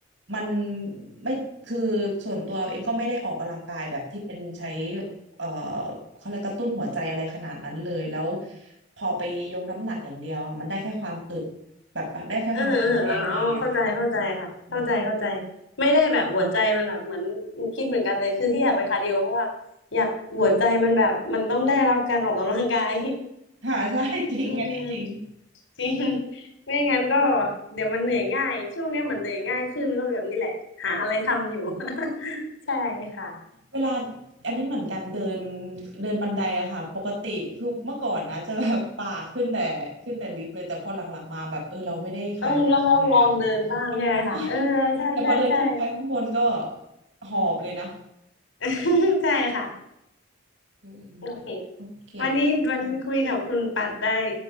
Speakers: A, on the right; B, on the left.
A: มันไม่คือส่วนตัวเองก็ไม่ได้ออกกำลังกายแบบที่เป็นใช้เอ่อเขาเรียกกระตุ้นหัวใจอะไรขนาดนั้นเลยแล้วพอไปยกน้ำหนักอย่างเดียวค่ะมันได้แค่ความอึดแบบได้แค่ความแข็งแรงอะไรอย่างเงี้ยค่ะอืมใช่
B: เออเอออ๋อเข้าใจเข้าใจค่ะเข้าใจเข้าใจไม่ได้แบบหัวใจมันแบบเหมือนคิดเหมือนกันเลยคือที่อยากไปคาร์ดิโอเพราะว่าอยากหัวใจมันแบบมันต้องได้รับการออกกำลังกาย
A: ค่ะใช่ <laughs> จริงอันนี้จริง
B: อืม <laughs> จริง <laughs> ไม่งั้นก็เดี๋ยวมันเหนื่อยง่ายช่วงเนี้ยเหมือนเหนื่อยง่ายขึ้นก็แบบนี้แหละหาอะไรทำอยู่ <laughs> ใช่ค่ะ
A: เวลาอันนี้เหมือนกันเดินเดินบันไดอะค่ะปกติคือเมื่อก่อนนะจะแบบป่าขึ้นแต่ขึ้นแต่ลิฟต์เลยแต่พอหลังๆมาแบบเออเราไม่ได้คาร์ดิโอเลยอะ
B: ต้องลองลองลองเดินบ้างใช่ไหมคะเออใช่ใช่ใช่
A: <laughs> ต้องใช่วยแต่พอเดินขึ้นไปข้างบนก็หอบเลยนะ
B: <laughs> ใช่ค่ะ
A: อืม
B: โอเค
A: โอเค
B: วันนี้วันนี้คุยกับคุณปัดได้